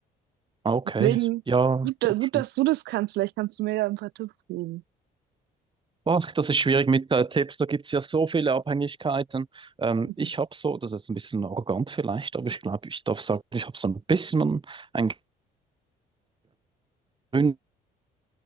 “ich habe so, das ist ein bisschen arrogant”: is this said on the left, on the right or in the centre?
Right